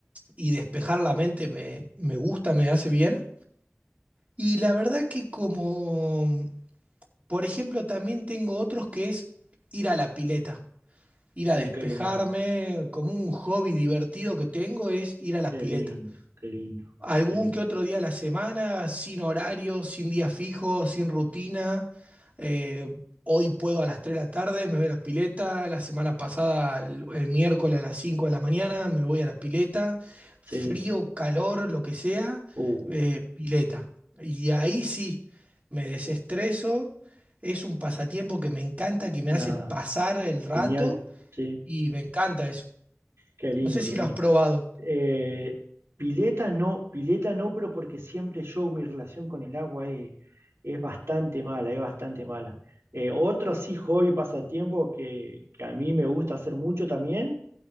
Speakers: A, on the right; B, on the right.
A: y despejar la mente me, me gusta, me hace bien. Y la verdad que como, por ejemplo, también tengo otros que es ir a la pileta, ir a
B: Uh,
A: despejarme,
B: qué lindo,
A: como un hobby divertido que tengo es ir a la
B: qué
A: pileta.
B: lindo, qué lindo,
A: Algún
B: qué lindo.
A: que otro día a la semana, sin horario, sin día fijo, sin rutina. Eh, hoy puedo a las 3 de la tarde, me voy a la pileta. La semana pasada, el, el miércoles a las 5 de la mañana, me voy a la pileta. Frío,
B: Sí,
A: calor, lo que sea,
B: uh,
A: eh, pileta. Y ahí sí, me desestreso. Es un pasatiempo que me encanta, que
B: nada,
A: me hace pasar el
B: genial,
A: rato
B: sí,
A: y me encanta eso.
B: qué lindo,
A: No sé
B: qué
A: si
B: lindo.
A: lo has probado.
B: Eh, pileta no, pileta no, pero porque siempre yo, mi relación con el agua es, es bastante mala, es bastante mala. Eh, otro así hobby, pasatiempo que, que a mí me gusta hacer mucho también